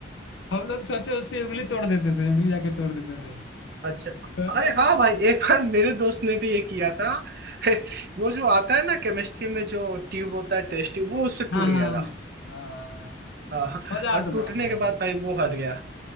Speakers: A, on the left (about 75°); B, on the right (about 50°).
A: हम लोग सोचो उसकी उंगली तोड़ देते थे उंगली जाके तोड़ देते थे
B: अच्छा
A: तो
B: अरे
A: अल्लाह-
B: हाँ भाई एक बार मेरे दोस्त ने भी ये किया था <laughs> वो जो आता है ना केमिस्ट्री में जो ट्यूब होता है टेस्ट ट्यूब वो उससे टूट
A: हाँ
B: गया
A: हाँ
B: था
A: हाँ हाँ,
B: हाँ,
A: मजा आता
B: और टूटने
A: था भाई
B: के बाद भाई वो हट गया